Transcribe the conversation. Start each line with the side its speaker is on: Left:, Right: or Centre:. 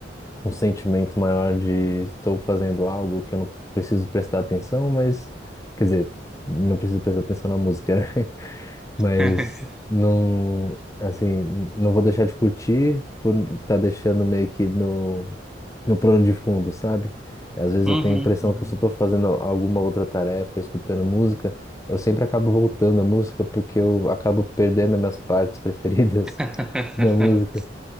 Left: um sentimento maior de estou fazendo algo que eu não preciso prestar atenção, mas, quer dizer, não preciso prestar atenção na música, né? <laughs> Mas
Centre: <laughs>
Left: não, assim, não vou deixar de curtir por estar tá deixando meio que no, no plano de fundo, sabe? Às vezes
Centre: Uhum,
Left: eu tenho a impressão
Centre: uhum.
Left: que eu só estou fazendo alguma outra tarefa, escutando música, eu sempre acabo voltando à música porque eu acabo perdendo as minhas partes preferidas
Centre: <laughs>
Left: <laughs> da música.